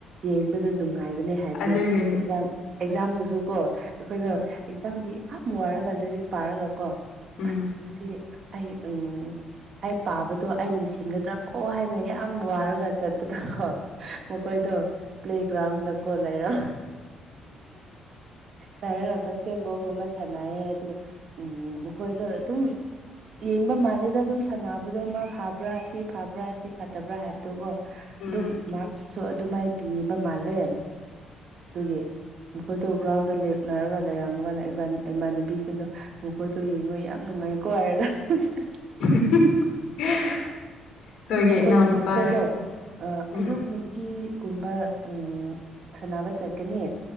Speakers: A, on the right; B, on the left.
A: ꯌꯦꯡ ꯄꯟꯕꯗ ꯅꯨꯡꯉꯥꯏꯕꯅꯦ ꯍꯥꯏꯕꯗꯤ
B: ꯑꯗꯨꯒꯤꯅꯤ
A: ꯑꯦꯛꯖꯥꯝ ꯑꯦꯛꯖꯥꯝꯗꯁꯨ ꯀꯣ ꯑꯩꯈꯣꯏꯗ
B: ꯎꯝ
A: ꯑꯦꯛꯖꯥꯝꯒꯤ ꯍꯥꯞ ꯃꯔꯒꯜꯗꯗꯤ ꯄꯥꯔꯒ ꯀꯣ
B: ꯎꯝ
A: ꯑꯁ ꯉꯁꯤ ꯑꯩ ꯎꯝ ꯑꯩ ꯄꯥꯕꯗꯣ ꯑꯩ ꯅꯤꯡꯁꯤꯡꯒꯗ꯭ꯔꯥ ꯀꯣ ꯍꯥꯏꯅ ꯌꯥ ꯑ ꯋꯥꯔꯒ ꯆꯠꯠꯇꯗ ꯃꯈꯣꯏꯗꯣ ꯄ꯭ꯂꯦꯒ꯭ꯔꯥꯎꯟꯗ ꯀꯣ ꯂꯩꯔꯣ ꯍꯥꯏꯅ ꯕꯥꯁꯀꯦꯠꯕꯣꯜꯒꯨꯝꯕ ꯁꯥꯟꯅꯩꯌꯦ ꯑꯗꯨ ꯎꯝ ꯃꯈꯣꯏꯗꯣ ꯑꯗꯨꯝ ꯌꯦꯡꯕ ꯃꯥꯜꯂꯦꯗ ꯑꯗꯨꯝ ꯁꯥꯟꯅꯕꯗꯣ ꯃꯥ ꯐꯥꯕ꯭ꯔꯥ ꯁꯤ ꯐꯥꯕ꯭ꯔꯥ ꯁꯤ ꯐꯠꯇꯕ꯭ꯔꯥ ꯍꯥꯏꯕꯗꯣꯀꯣ
B: ꯎꯝ
A: ꯑꯗꯨꯝ ꯃꯥꯛꯁꯁꯨ ꯑꯗꯨꯃꯥꯏꯅ ꯄꯤꯕ ꯃꯥꯜꯂꯦ ꯑꯗꯨꯒꯤ ꯃꯈꯣꯏꯗꯣ ꯒ꯭ꯔꯥꯎꯟꯗ ꯂꯦꯞꯅꯔꯒ ꯂꯩꯔꯝꯃ ꯀꯥꯟꯗ ꯏꯃꯥꯟꯅꯕꯤꯁꯤꯡꯗꯣ ꯃꯈꯣꯏꯗꯣ ꯌꯦꯡꯉꯨ ꯌꯥꯝ ꯅꯨꯡꯉꯥꯏ ꯀꯣꯔꯒ <unintelligible>
B: <unintelligible> ꯑꯩꯈꯣꯏꯒꯤ
A: ꯃꯈꯣꯏꯒꯤ
B: ꯏꯅꯥꯎꯅꯨꯄꯥ
A: ꯃꯈꯣꯏꯗꯣ
B: ꯎꯝ
A: ꯑꯌꯨꯛ ꯅꯨꯡꯇꯤ ꯀꯨꯝꯕ ꯎ ꯁꯥꯟꯅꯕ ꯆꯠꯀꯅꯤ